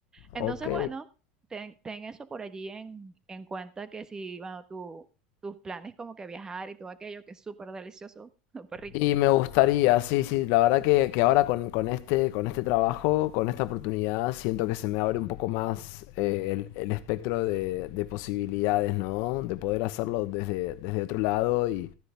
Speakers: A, on the right; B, on the left.
A: entonces,
B: ok.
A: bueno, ten, ten eso por allí en, en cuenta que si, bueno, tu- tus planes como que viajar y todo aquello, que es súper delicioso, <laughs> súper rico.
B: Y me gustaría, sí, sí, la verdad que, que ahora con, con este, con este trabajo, con esta oportunidad, siento que se me abre un poco más eh, el, el espectro de, de posibilidades, ¿no? De poder hacerlo desde, desde otro lado y,